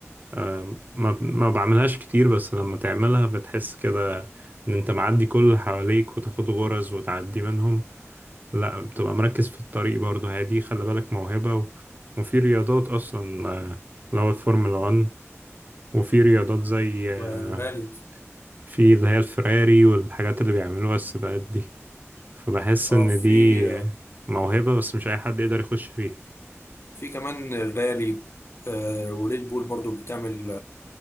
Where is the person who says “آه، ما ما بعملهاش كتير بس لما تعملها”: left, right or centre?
Right